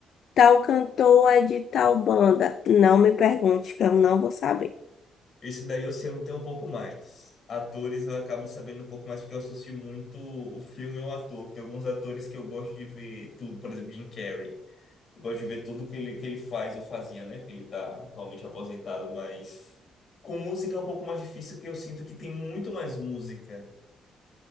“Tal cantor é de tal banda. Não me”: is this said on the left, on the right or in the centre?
Left